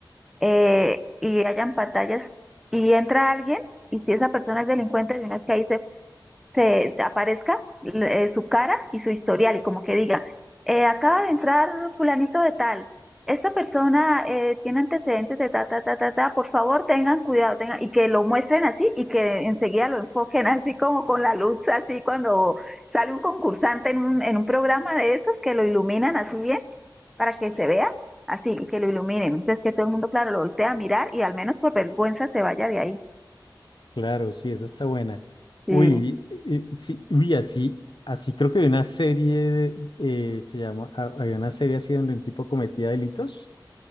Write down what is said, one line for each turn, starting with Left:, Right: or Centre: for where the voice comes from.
Centre: Eh, y hayan pantallas y entra alguien y si esa persona es delincuente, de una vez que ahí se te, te aparezca eh, su cara y su historial y como que diga, eh, acaba de entrar fulanito de tal, esta persona eh, tiene antecedentes de ta, ta, ta, ta, ta, por favor tengan cuidado, tengan, y que lo muestren así y que enseguida lo enfoquen <laughs> así como con la luz, así cuando sale un concursante en un, en un programa de esos que lo iluminan así bien para que se vea así y que lo iluminen. Entonces que todo el mundo, claro, lo voltea a mirar y al menos por vergüenza se vaya de ahí.
Left: Claro, sí, esa está buena.
Centre: Sí,
Left: Uy, eh, eh, sí, uy, así, así creo que hay una serie, de, eh, se llama, ha- había una serie así donde un tipo cometía delitos